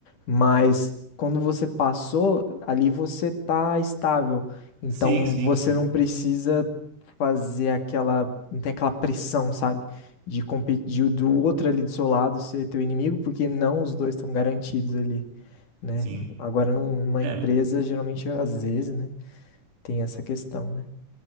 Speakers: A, on the left; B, on the right.
A: Mas quando você passou, ali você tá estável. Então
B: Sim, sim,
A: você
B: sim,
A: não precisa fazer aquela, não tem aquela pressão, sabe? De competir do outro ali do seu lado ser teu inimigo, porque não os dois estão garantidos ali, né?
B: sim.
A: Agora numa
B: É,
A: empresa, geralmente às vezes, né, tem essa questão, né?